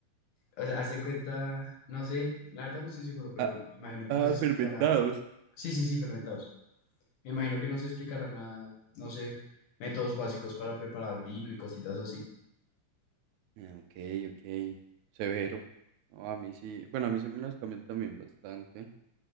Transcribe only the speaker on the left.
O sea, Haz de cuenta, no sé, la verdad no estoy seguro, pero
imagino que
nos explicarán
Sí, sí, sí, fermentados. Me imagino que nos explicarán a, no sé, métodos básicos para preparar vino y cositas así.